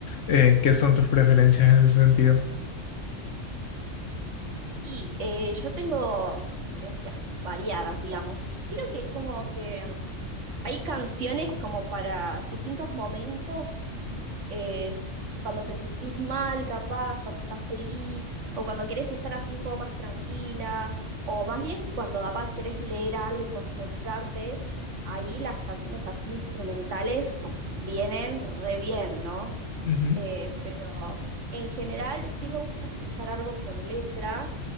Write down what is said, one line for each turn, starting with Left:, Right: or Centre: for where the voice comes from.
Left: eh, qué son tus preferencias en ese sentido.
Right: Y eh, yo tengo preferencias variadas, digamos. Creo que es como que mm, hay canciones como para distintos momentos, eh, cuando te sentís mal, capaz, cuando estás feliz, o cuando querés estar así un poco más tranquila, o más bien cuando capaz querés leer algo y concentrarte, ahí las canciones así instrumentales vienen re bien, ¿no?
Left: Ujú,
Right: Eh, pero en general sí me gusta escuchar algo con letra